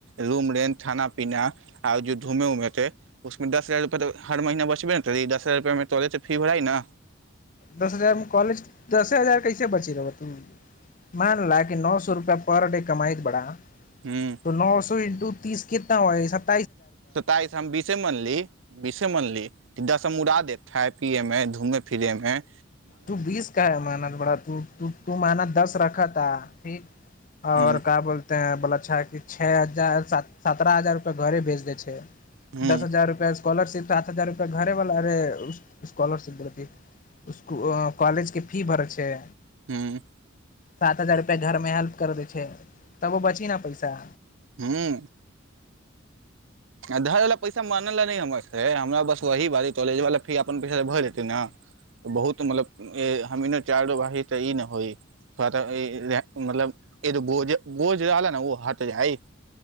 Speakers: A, on the right; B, on the left.
A: रूम रेन्ट थाना पीना आर जे धूमे उमे ते उसमे दस हजार रुपैआ तऽ हर महीना बचबे ने तरी दस हजार रुपैया में तऽ फी भरा ह ने
B: दस हजारमे कॉलेज दसे हजार कैसे बचे देब तु मान ल कि नौ सौ रुपया पर डे कमाइ त बढ़ाह
A: हूँ
B: तऽ नओ सए इन्टू तीस कितना हुआ रिसभ
A: सताइस हम बीसे मनली बीसे मनली दस हम उड़ा देब हम थाय पीये मे घूमे फिरे में
B: तू बीस काहे मेनत बड़ा तू तू तू माना दस रखा त ठीक आओर
A: हूँ
B: का बोलत त बोला छा कि छे हजार सत्रह हजार रुपआ घरे भेज देै छै
A: हूँ
B: दस हजार रुपैआ स्कॉलरशिप साठ हजार रुपए घरे बाला रे स्कॉलरशिप देलकै अं अं कॉलेज के फी भरक छै
A: हूं
B: सात हजार रुपआ घरमे हेल्प कर दै छै तब ओ बची न पैसा
A: हूं आ घर वला पैसा मांगल नहि हमरा से हमरा बस वही बा कॉलेज वाला फी अपन पैसा से त भऽ जेतै न बहुत मतलब हम इने चालु भऽ जाइत तऽ ई न होइ उ मतलब एगो बोझ बोझ होला न हट जाइ